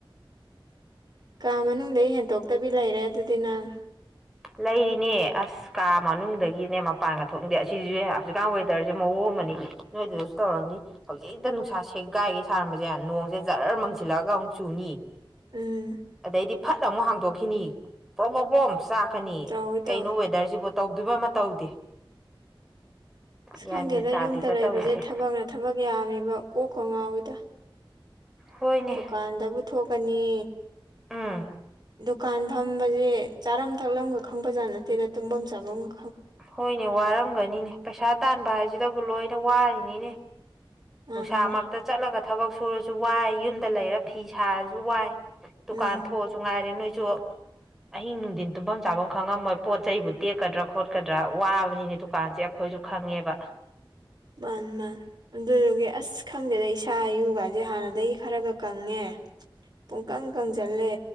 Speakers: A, on the right; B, in the centre.
A: ꯀꯥ ꯃꯅꯨꯡꯗꯩ ꯍꯦꯟꯇꯣꯛꯇꯕꯤ ꯂꯩꯔꯦ ꯑꯗꯨꯗꯤ ꯅꯪ
B: ꯂꯩꯔꯤꯅꯦ ꯑꯁ ꯁ ꯀꯥ ꯃꯅꯨꯡꯗꯒꯤꯅꯦ ꯃꯄꯥꯟꯒ ꯊꯣꯛꯅꯤꯡꯗꯦ ꯑꯁꯤꯁꯨ ꯍꯧꯖꯤꯛꯀꯥꯟ ꯋꯦꯗꯔꯁꯦ ꯃꯑꯣꯡ ꯑꯃꯅꯤ ꯅꯣꯏꯗꯨꯗꯁꯨ ꯇꯧꯔꯝꯅꯤ ꯍꯧꯖꯤꯛꯇ ꯅꯨꯡꯁꯥ ꯁꯦꯒꯥꯏꯒꯩ ꯁꯥꯔꯝꯕꯁꯦ ꯅꯣꯡꯁꯦ ꯖꯔ ꯃꯪꯁꯤꯜꯂꯑꯒ ꯑꯃꯨꯛ ꯆꯨꯅꯤ
A: ꯎꯝ
B: ꯑꯗꯩꯗꯤ ꯐꯠ ꯑꯃꯨꯛ ꯍꯥꯡꯗꯣꯛꯈꯤꯅꯤ ꯄ꯭ꯔꯣꯛ ꯄ꯭ꯔꯣꯛ ꯄ꯭ꯔꯣꯛ ꯈꯅꯤ
A: ꯇꯧꯋꯤ ꯇꯧꯋꯤ
B: ꯀꯩꯅꯣ ꯋꯦꯗꯔꯁꯤꯕꯨ ꯇꯧꯗꯣꯏꯕ ꯑꯃ ꯇꯧꯗꯦ
A: ꯑꯁ
B: ꯒ꯭ꯌꯥꯟ
A: ꯈꯪꯗꯦꯗ
B: ꯃꯦꯟ ꯇꯥꯗꯦꯕ
A: ꯌꯨꯝꯗ ꯂꯩꯕꯁꯦ
B: ꯇꯧꯔꯤꯁꯦ
A: ꯊꯕꯛꯅ ꯊꯕꯛ ꯌꯥꯝꯃꯤꯕ ꯀꯣꯛꯀ ꯉꯥꯎꯋꯤꯗ
B: ꯍꯣꯏꯅꯦ
A: ꯗꯨꯀꯥꯟꯗꯕꯨ ꯊꯣꯛꯀꯅꯤ
B: ꯎꯝ
A: ꯗꯨꯀꯥꯟ ꯐꯝꯕꯁꯦ ꯆꯥꯔꯝ ꯊꯛꯂꯝꯒ ꯈꯪꯕꯖꯥꯠ ꯅꯠꯇꯦꯗ ꯇꯨꯝꯕꯝ ꯆꯥꯕꯝꯒ
B: ꯍꯣꯏꯅꯦ ꯋꯥꯔꯝꯒꯅꯤꯅꯦ ꯄꯩꯁꯥ ꯇꯥꯟꯕ ꯍꯥꯏꯁꯤꯗꯕꯨ ꯂꯣꯏꯅ ꯋꯥꯔꯤꯅꯤꯅꯦ
A: ꯃꯥꯅꯤꯅꯦ
B: ꯅꯨꯡꯁꯥꯃꯛꯇ ꯆꯠꯂꯒ ꯊꯕꯛ ꯁꯨꯔꯁꯨ ꯋꯥꯏ ꯌꯨꯝꯗ ꯂꯩꯔ ꯐꯤ ꯁꯥꯔꯁꯨ ꯋꯥꯏ ꯗꯨꯀꯥꯟ
A: ꯎꯝ
B: ꯊꯣꯛꯑꯁꯨ ꯉꯥꯏꯔꯦ ꯅꯣꯏꯁꯨ ꯑꯍꯤꯡ ꯅꯨꯡꯊꯤꯟ ꯇꯨꯝꯐꯝ ꯆꯥꯐꯝ ꯈꯪꯉꯝꯃꯣꯏ ꯄꯣꯠ ꯆꯩꯕꯨ ꯇꯦꯛꯀꯗ꯭ꯔꯥ ꯈꯣꯠꯀꯗ꯭ꯔꯥ ꯋꯥꯕꯅꯤꯅꯦ ꯗꯨꯀꯥꯟꯁꯦ ꯑꯩꯈꯣꯏꯁꯨ ꯈꯪꯉꯦꯕ
A: ꯃꯥꯟꯅꯤ ꯃꯥꯟꯅꯤ ꯑꯗꯨꯗꯨꯒꯤ ꯑꯁ ꯈꯪꯗꯦꯗ ꯏꯁꯥ ꯌꯨꯒꯥꯁꯦ ꯍꯥꯟꯅꯗꯒꯤ ꯈꯔꯒ ꯀꯪꯉꯦ ꯄꯨꯡꯀꯪ ꯀꯪꯁꯤꯜꯂꯦ